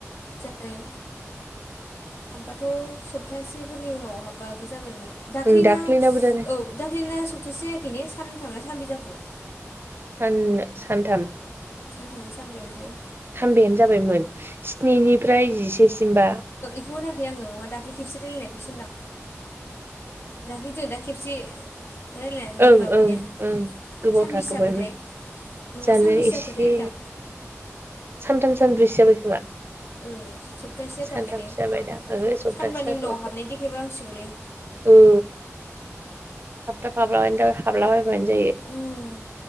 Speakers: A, on the left (about 55°); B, on the right (about 50°).
A: जानो हाबबाथ' सप्तासेफोरनि उनाव हाबबाबो जाबायमोन दाख्लैना
B: उम दाख्लैनाबो दालाय
A: औ दाख्लैना सप्तासे जायाखै ने सानथामना सानबै जाखोबो
B: सान सानथाम
A: सानथामना सानब्रैमोनथाय
B: सानबेयानो जाबायमोन स्निनिफ्राय जिसेसिमबा
A: बेखौ होनाखै आङो नाङा दाख्लै खेबसे रायलायनायखौसो होनदां दाख्लै दों दा खेबसे रायलायनानै
B: ओं
A: माबानाया
B: ओं ओं गोबाव
A: सानबसे
B: थाथ'बायमोन
A: जाखोथाय नङा
B: जानो
A: सानबेसे
B: एसे
A: जाखोथाय होनदां
B: सानथाम सानब्रैसो जाबाय खोमा
A: ओ सप्तासे जाथ'वाखै
B: सानथामसो
A: ने
B: जाबायदां ओहो सप्तासे
A: सानबानि
B: जाथ'वो
A: उनाव हाबनाय देखायबा हामसिगौलै
B: ओ थाब थाब हाब्लानो हाबला बायबानो जायो
A: उम